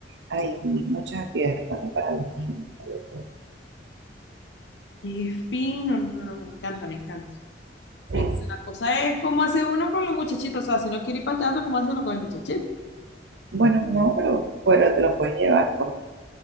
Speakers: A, on the right; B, on the left.
A: hay muchas actividades también para los niños. hay de todo.
B: qué fino, no, no, no, me encanta, me encanta.
A: Sí,
B: Me encanta.
A: sí.
B: La cosa es cómo hace uno con los muchachitos, o sea, si no quiere ir para el teatro, ¿cómo hace uno con el muchachito?
A: Bueno, no, pero, pero te lo puedes llevar. pues.